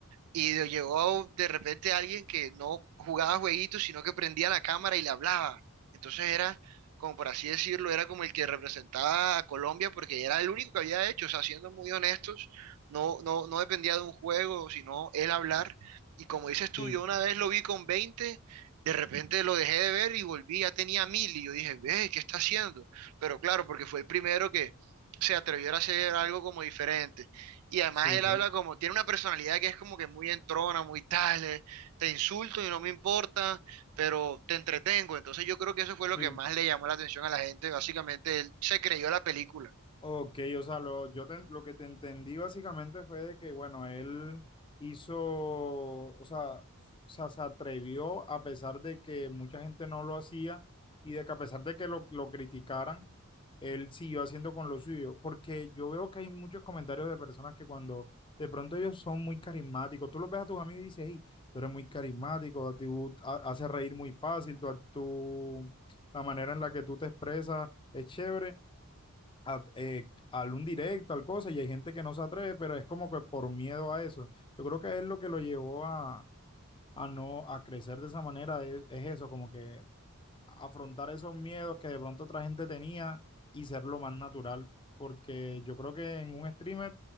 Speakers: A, on the right; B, on the left.
A: y de- llegó de repente alguien que no jugaba jueguitos, sino que prendía la cámara y le hablaba. Entonces era, como por así decirlo, era como el que representaba a Colombia porque era el único que había hecho. O sea, siendo muy honestos, no, no, no dependía de un juego, sino él hablar. Y como dices tú,
B: Sí,
A: yo una vez lo vi con veinte de repente lo dejé de ver y volví, ya tenía mil. Y yo dije, ve, ¿qué está haciendo? Pero claro, porque fue el primero que se atrevió a hacer algo como diferente. Y además
B: sí, ok.
A: él habla como, tiene una personalidad que es como que muy entrona, muy tal, eh, te insulto y no me importa, pero te entretengo. Entonces yo creo que eso fue
B: Sí.
A: lo que más le llamó la atención a la gente. Básicamente él se creyó la película.
B: Ok, o sea, lo, yo te- lo que te entendí básicamente fue de que, bueno, él hizo, o sea, o sea, se atrevió a pesar de que mucha gente no lo hacía y de que a pesar de que lo, lo criticaran, él siguió haciendo con lo suyo. Porque yo veo que hay muchos comentarios de personas que cuando de pronto ellos son muy carismáticos, tú los ves a tus amigos y dices, hey, tú eres muy carismático, a ti bu- ha- haces reír muy fácil, tú, tú- la manera en la que tú te expresas es chévere a, eh, al un directo, al cosa, y hay gente que no se atreve, pero es como que por miedo a eso. Yo creo que es lo que lo llevó a, a no a crecer de esa manera, es, es eso, como que afrontar esos miedos que de pronto otra gente tenía y ser lo más natural, porque yo creo que en un streamer